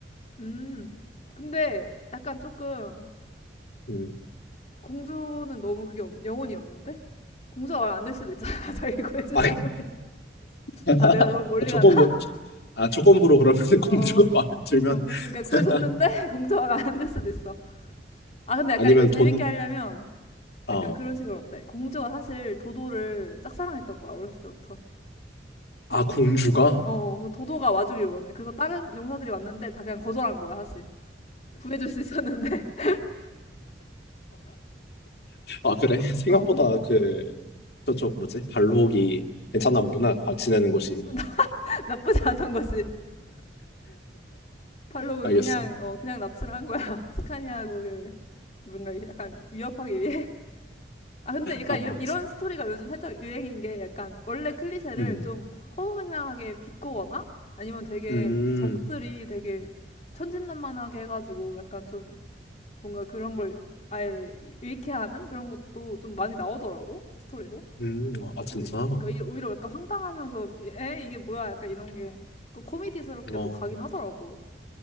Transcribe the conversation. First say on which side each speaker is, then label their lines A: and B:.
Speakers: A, on the left; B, on the left.
A: 음. 근데 약간 조금
B: 음.
A: 공주는 너무 그게 없, 영혼이 없는데? 공주가 말 안 될 수도 있잖아. <laughs> 자기 구해준
B: 아,
A: 사람이.
B: <laughs>
A: 아, 내가 너무 멀리
B: 조건부,
A: 가나? <laughs>
B: 아, 조건부로 그러면 <laughs> 공주가
A: 어,
B: 마음에 들면,
A: 어. 그러니까 구해줬는데
B: <laughs>
A: <laughs> 공주가 말 안 될 수도 있어. 아, 근데 약간
B: 아니면
A: 이걸 재밌게
B: 돈,
A: 하려면
B: 어,
A: 약간 그런 식으로 어때? 공주가 사실 도도를 짝사랑했던 거야, 어렸을 때부터.
B: 아,
A: 그래서-
B: 공주가?
A: 어, 어. 그래서 도도가 와주길 원해. 그래서 다른 용사들이 왔는데 다 그냥 거절한 거야, 사실. 구해줄 수 있었는데. <laughs>
B: 아, 그래? <laughs> 생각보다
A: 어,
B: 그, 저쪽 뭐지? 발록이
A: 좀
B: 괜찮나 보구나. 아, 지내는 곳이.
A: <laughs> 나, 나쁘지 않던 거지. 팔로는
B: 알겠어.
A: 그냥 어 그냥 납치를 한 거야. <laughs> 스카니아국을 뭔가 약간 위협하기 위해. <laughs> 아 근데 약간
B: 아,
A: 이런, 이런
B: 지-
A: 스토리가 요즘 살짝 유행인 게 약간 원래 클리셰를
B: 음,
A: 좀 허무맹랑하게 비꼬거나 아니면 되게
B: 음,
A: 적들이 되게 천진난만하게 해가지고 약간 좀 뭔가 그런 걸 아예 잃게 하는 그런 것도 좀 많이 나오더라고 스토리로.
B: 음, 아, 진짜?
A: 그- 그러니까 이- 오히려 약간 황당하면서 에 이게 뭐야 약간 이런 게 또 코미디스럽게도
B: 어,
A: 가긴 하더라고.